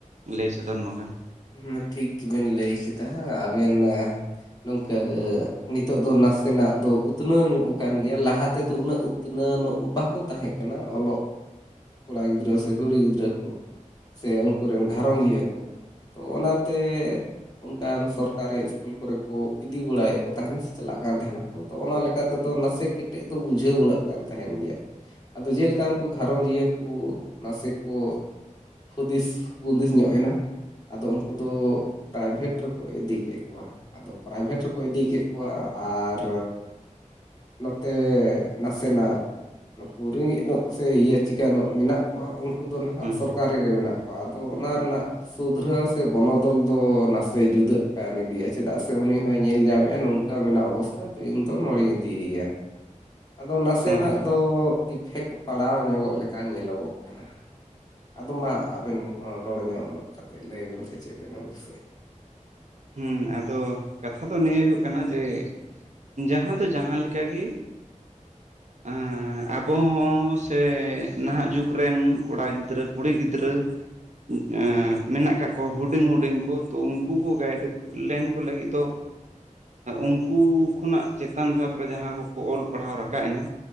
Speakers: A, on the right; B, on the left.
A: ᱞᱟᱹᱭ ᱥᱚᱫᱚᱨ ᱱᱚᱜᱟ ᱾
B: ᱦᱮᱸ ᱴᱷᱤᱠ ᱜᱮᱵᱮᱱ ᱞᱟᱹᱭ ᱠᱮᱫᱟ ᱾ ᱟᱵᱮᱱ ᱱᱚᱝᱠᱟ ᱱᱤᱛᱚᱜ ᱫᱚ ᱱᱟᱥᱮᱱᱟᱜ ᱫᱚ ᱩᱛᱱᱟᱹᱣ ᱧᱚᱜ ᱟᱠᱟᱱ ᱜᱮᱭᱟ ᱾ ᱞᱟᱦᱟ ᱛᱮᱫᱚ ᱩᱱᱟᱹᱜ ᱩᱛᱱᱟᱹ ᱱᱚᱜ ᱵᱟᱠᱚ ᱛᱟᱦᱮᱸ ᱠᱟᱱᱟ ᱾ ᱚᱞᱚᱜ ᱠᱚᱲᱟ ᱜᱤᱫᱽᱨᱟᱹ ᱥᱮ ᱠᱩᱲᱤ ᱜᱤᱫᱽᱨᱟᱹ ᱠᱚ, ᱥᱮ ᱩᱱᱠᱩ ᱨᱮᱱ ᱜᱷᱟᱨᱚᱸᱡᱽᱤᱭᱟᱹ ᱠᱚ ᱾ ᱛᱚ ᱚᱱᱟᱛᱮ ᱚᱱᱠᱟᱱ ᱥᱚᱨᱠᱟᱨᱤ ᱤᱥᱠᱩᱞ ᱠᱚᱨᱮ ᱠᱚ ᱤᱫᱤ ᱵᱟᱲᱟᱭᱮᱫ ᱠᱚ ᱛᱟᱦᱮᱱᱟ ᱥᱮ ᱪᱟᱞᱟᱜ ᱠᱟᱱ ᱛᱟᱦᱮᱱᱟ <unintelligible> ᱛᱚ ᱚᱱᱟ ᱞᱮᱠᱟ ᱛᱮᱫᱚ ᱱᱟᱥᱮ ᱠᱮᱴᱮᱡ ᱫᱚ ᱵᱩᱡᱷᱟᱹᱣ ᱵᱟᱲᱟᱜ ᱠᱟᱱ ᱛᱟᱦᱮᱱ ᱜᱮᱭᱟ ᱟᱫᱚ ᱡᱮ ᱞᱮᱠᱟ ᱩᱱᱠᱩ ᱜᱷᱟᱨᱚᱸᱡᱤᱭᱟᱹ ᱠᱚ ᱱᱟᱥᱮ ᱠᱚ ᱦᱩᱫᱤᱥ ᱵᱩᱸᱫᱤᱥ ᱧᱚᱜ ᱮᱱᱟ ᱟᱫᱳ ᱩᱱᱠᱩ ᱫᱚ ᱯᱨᱟᱭᱵᱷᱮᱴ ᱨᱮ ᱠᱚ ᱤᱫᱤ ᱠᱮᱫ ᱠᱚᱣᱟ ᱟᱫᱳ ᱯᱨᱟᱭᱵᱷᱮᱴ ᱨᱮᱠᱚ ᱤᱫᱤ ᱠᱮᱫ ᱠᱚᱣᱟ ᱟᱨ ᱱᱚᱛᱮ ᱱᱟᱥᱮᱱᱟᱜ ᱱᱩᱠᱩ ᱨᱮᱸᱜᱮᱡ ᱧᱚᱜ ᱥᱮ ᱤᱭᱟᱹ ᱪᱤᱠᱟᱹ ᱧᱚᱜ ᱢᱮᱱᱟᱜ ᱠᱚᱣᱟ ᱩᱱᱠᱩ ᱫᱚ ᱱᱟᱦᱟᱸᱜ
A: ᱦᱮᱸ
B: ᱥᱚᱨᱠᱟᱨᱤ ᱨᱮ ᱢᱮᱱᱟᱜ.... ᱠᱟᱣᱟ, ᱟᱫᱚ ᱚᱱᱟ ᱨᱮᱱᱟᱜ ᱥᱩᱫᱷᱨᱟᱹᱜ-ᱟ ᱥᱮ ᱵᱚᱱᱚᱫᱚᱞ ᱫᱚ ᱱᱟᱥᱮ ᱡᱩᱫᱟᱹᱜ ᱠᱟᱱ ᱜᱮᱭᱟ ᱪᱮᱫᱟᱜ ᱥᱮ ᱩᱱᱤ ᱦᱚᱸᱭ ᱧᱮᱞ ᱧᱟᱢᱮᱫᱼᱟ ᱱᱚᱝᱠᱟ ᱱᱳᱸᱠᱟ ᱢᱮᱱᱟᱜ ᱚᱵᱚᱥᱛᱷᱟ ᱛᱚ ᱤᱧ ᱫᱚ ᱱᱚᱲᱮᱧ ᱤᱫᱤᱭᱮᱭᱟ ᱟᱫᱚ ᱱᱟᱥᱮᱱᱟᱜ
A: ᱦᱮᱸ
B: ᱫᱚ ᱤᱯᱷᱮᱠᱴ ᱯᱟᱲᱟᱣ ᱧᱚᱜᱚᱜ ᱞᱮᱠᱟ ᱧᱮᱞᱚᱜᱚᱜ ᱠᱟᱱᱟ ᱟᱫᱚ ᱢᱟ ᱟᱵᱮᱱ ᱦᱚᱸ ᱨᱚᱲ ᱧᱚᱜ ᱱᱚᱜ ᱠᱟᱛᱮᱫ ᱞᱟᱹᱭᱵᱮᱱ ᱥᱮ ᱪᱮᱫ ᱵᱮᱱ ᱦᱩᱫᱤᱥᱮᱫ
A: ᱦᱩᱸ ᱟᱫᱚ ᱠᱟᱛᱷᱟ ᱫᱚ ᱱᱤᱭᱟᱹ ᱜᱮ ᱦᱩᱭᱩᱜ ᱠᱟᱱᱟ ᱡᱮ ᱡᱟᱦᱟᱸ ᱫᱚ ᱡᱟᱦᱟᱸ ᱞᱮᱠᱟ ᱜᱮ
B: <inaudible>
A: ᱟᱸᱻ ᱟᱵᱚ ᱦᱚᱸ ᱥᱮ ᱱᱟᱦᱟᱜ ᱡᱩᱜᱽ ᱨᱮᱱ ᱠᱚᱲᱟ ᱜᱤᱫᱽᱨᱟᱹ ᱠᱩᱲᱤ ᱜᱤᱫᱽᱨᱟᱹ ᱩᱸ.. ᱮᱸ... ᱢᱮᱱᱟᱜ ᱟᱠᱟᱫ ᱠᱚ ᱦᱩᱰᱤᱧ ᱦᱩᱰᱤᱧ ᱠᱚ ᱛᱚ ᱩᱱᱠᱩ ᱠᱚ ᱜᱟᱭᱤᱰ <unintelligible> ᱞᱮᱱ ᱠᱚ ᱞᱟᱹᱜᱤᱫ ᱫᱚ ᱩᱱᱠᱩ ᱠᱷᱚᱱᱟᱜ ᱪᱮᱛᱟᱱ ᱫᱷᱟᱯ ᱨᱮ ᱡᱟᱦᱟᱸ ᱠᱚᱠᱚ ᱚᱞ ᱯᱟᱲᱦᱟᱣ ᱨᱟᱠᱟᱵ ᱮᱱᱟ